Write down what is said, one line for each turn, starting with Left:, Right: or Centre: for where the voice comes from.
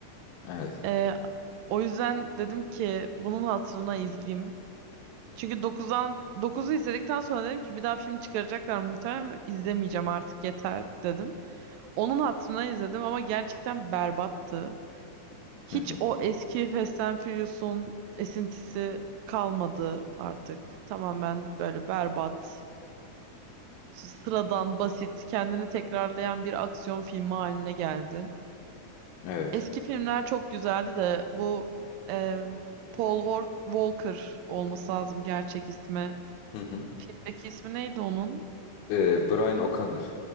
Left: Evet.
Right: Ee, o yüzden dedim ki bunun hatırına izleyeyim. Çünkü 9'dan dokuzu izledikten sonra dedim ki bir daha film çıkaracaklar muhtemelen izlemeyeceğim artık yeter dedim. Onun hatırına izledim ama gerçekten berbattı. Hiç
Left: Hı hı.
Right: o eski Fast and Furious'un esintisi kalmadı artık. Tamamen böyle berbat, sıradan, basit, kendini tekrarlayan bir aksiyon filmi haline geldi.
Left: Evet.
Right: Eski filmler çok güzeldi de bu e, Paul Wal- Walker olması lazım gerçek ismi.
Left: Hı hı.
Right: Filmdeki ismi neydi onun?
Left: Ee, Brian O'Connor.